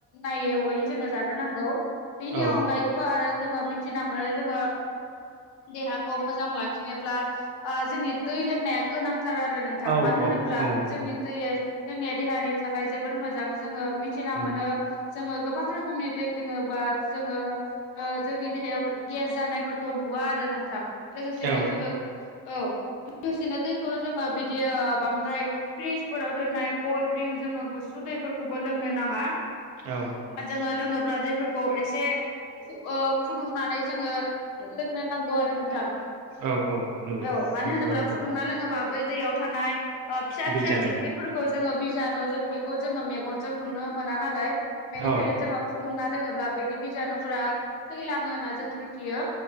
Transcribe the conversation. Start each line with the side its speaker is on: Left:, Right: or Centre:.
Left: नायै हयै जोंङो जानो नांगौ। बिनि
Right: औ
Left: अनगायैबो आरो जोंङो मिथिना मोनो जोंङो देहाखौ मोजां लाखिनोब्ला ओ जोंनि दै लोंनाया गोनांथार आरो नोंथां
Right: औ
Left: मानो होनोब्ला
Right: औ औ नंगौ
Left: जोंनि दैया जोंनिया देहानि थाखाय जोबोर मोजां। जोंङो मिथिना
Right: औ
Left: मोनो जोंङो गोबां रोखोमनि दै लोंङोबा जोंङो ओ जोंनि देहायाव गेस जानायफोरखौ नुवा आरो नोंथां लोगोसेनो
Right: औ
Left: जोंङो औ लोगोसेनो दैखौ जोंङो बिदि ओ बांद्राय फ्रिजफोराव दोननाय कल्ड ड्रिंक जोंङो गुसु दैफोरखौबो लोंनो नांङा।
Right: औ
Left: ओ जोंङो लोंङोब्ला दैफोरखौ एसे ओ फुदुंनानै जोंङो लोंनो नांगौ आरो नोंथां।
Right: औ औ नंगौ
Left: औ मानो होनोब्ला
Right: नोंथां
Left: फुदुंना लोंङोबा बै दैयाव थानाय ओ फिसा
Right: बिजानु
Left: फिसा जिबख्रिफोरखौ जोंङो बिजानु जोंङो बेखौ जोंङो मे गनजों नुनो मोना नालाय बेनिखायनो
Right: औ
Left: जोंङो फुदुंना लोंङोब्ला बैनि बिजानुफोरा थैलांङो होनना जोंङो मिथियो।